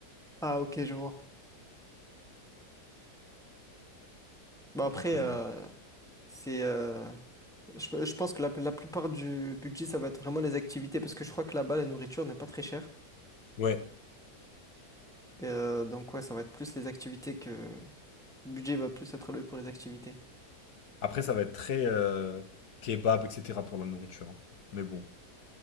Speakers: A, in the centre; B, on the left.
A: Ah ok, je vois. Bah après,
B: Donc, euh,
A: euh, c'est, euh, je, je pense que la, la plupart du budget, ça va être vraiment les activités, parce que je crois que là-bas, la nourriture n'est pas très chère.
B: ouais.
A: Et, euh, donc ouais, ça va être plus les activités que... Le budget va plus être alloué pour les activités.
B: Après, ça va être très euh, kebab, etc. pour la nourriture. hein. Mais bon.